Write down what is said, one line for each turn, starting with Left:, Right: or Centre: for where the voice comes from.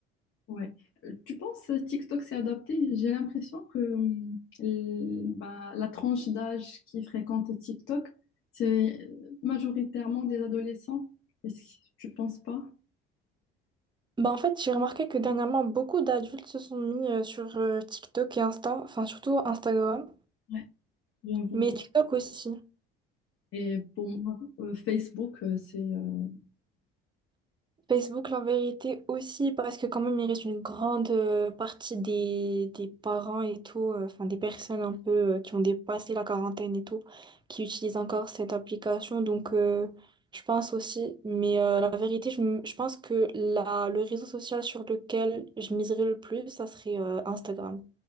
Left: Ouais. Euh, Tu penses euh, TikTok s'est adapté? J'ai l'impression que hum, l- bah, la tranche d'âge qui fréquente TikTok, c'est euh, majoritairement des adolescents. Est-ce que tu penses pas?
Right: Bah en fait, j'ai remarqué que dernièrement, beaucoup d'adultes se sont mis euh, sur euh, TikTok et Insta, enfin surtout Instagram,
Left: Ouais, j'avoue.
Right: mais TikTok aussi.
Left: Et pour moi, euh, Facebook, euh, c'est euh,
Right: Facebook, la vérité aussi, parce que quand même, il reste une grande euh, partie des, des parents et tout, euh, enfin des personnes un peu euh, qui ont dépassé la quarantaine et tout, qui utilisent encore cette application. Donc, euh, je pense aussi, mais euh, la vérité, je, m- je pense que la, le réseau social sur lequel je miserais le plus, ça serait euh, Instagram.